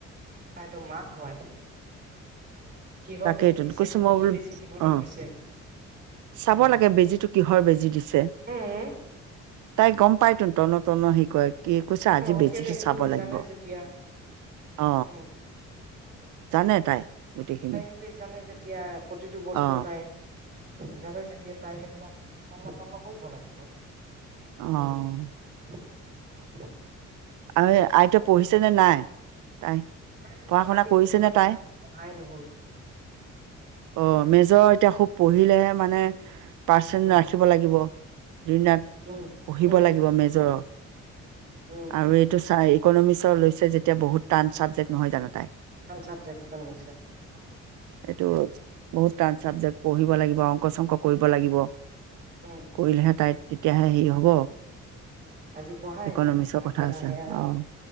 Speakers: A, on the right (about 35°); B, on the right (about 80°).
A: তাইতো মাক হয়। কিহৰ
B: তাকেইটো
A: বেজি দিছে
B: কৈছো
A: এইটো
B: মই
A: কি
B: বোলো
A: বেজি দিবলৈ
B: অ,
A: গৈছে
B: চাব
A: উম
B: লাগে বেজীটো কিহৰ বেজি দিছে।
A: উম
B: তাই গম পাই তোন তন্ন তন্ন সি কয়। কি কৈছে আজি
A: অ
B: বেজিটো
A: সিহঁতে ইংলিছ
B: চাব লাগিব।
A: জানে যেতিয়া
B: অ,
A: উম
B: জানে তাই। গোটেইখিনি।
A: তাই ইংলিছ জানে যেতিয়া প্ৰতিটো বস্তু
B: অ
A: এটাই। জানে যেতিয়া তাই সেইবিলাক তন্ন তন্ন কৰিব লাগিব।
B: অ
A: উম <unintelligible>
B: আই আইতা পঢ়িছে নে নাই, নাই,
A: তাই
B: পঢ়া শুনা
A: আজি
B: কৰিছে
A: পঢ়াই
B: নে তাই?
A: নাই আজি পঢ়াই নহ'ল
B: অ মেজৰ এতিয়া খুব পঢ়িলেয়ে মানে পাৰ্চেণ্ট
A: উম
B: ৰাখিব লাগিব দিনৰাত
A: উম,
B: পঢ়িব
A: উম,
B: লাগিব মেজৰৰ।
A: উম,
B: আৰু এইটো চাই ইকনমিক্সৰ লৈছে যেতিয়া বহুত টান চাব্জেক্ট নহয় জানোঁ তাইৰ।
A: ভাল চাব্জেক্ট ইকনমিক্সত।
B: এইটো বহুত টান চাব্জেক্ট পঢ়িব লাগিব আৰু। অংক চংক কৰিব
A: উম,
B: লাগিব।
A: উম,
B: কৰিলেহে
A: সেইটো
B: তাই তেতিয়াহে হেৰি হব।
A: আজি পঢ়াই
B: ইকনমিক্সৰ
A: নাই আগ আগবেলা
B: কথা আছে,
A: সেয়া
B: অ',